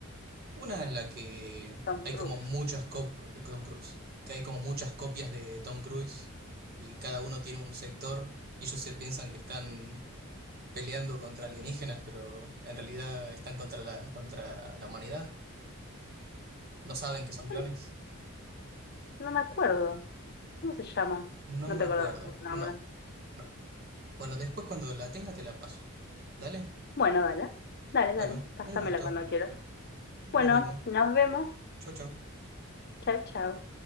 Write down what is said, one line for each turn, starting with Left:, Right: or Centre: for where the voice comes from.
Right: una en la que
Left: Tom
Right: hay
Left: Cruise.
Right: como muchas copias, Tom Cruise, que hay como muchas copias de Tom Cruise y cada uno tiene un sector y ellos se piensan que están peleando contra alienígenas, pero en realidad están contra la, contra la humanidad. No saben que son clones.
Left: No no me acuerdo. ¿Cómo se llama?
Right: No
Left: No
Right: me
Left: te
Right: acuerdo.
Left: acuerdas el
Right: No,
Left: nombre.
Right: no. Bueno, después cuando la tenga te la paso. Dale.
Left: Bueno, dale. Dale,
Right: Bueno,
Left: dale. Pásamela
Right: un gusto.
Left: cuando quieras.
Right: Nos
Left: Bueno,
Right: vemos.
Left: nos vemos.
Right: Chau, chau.
Left: Chao, chao.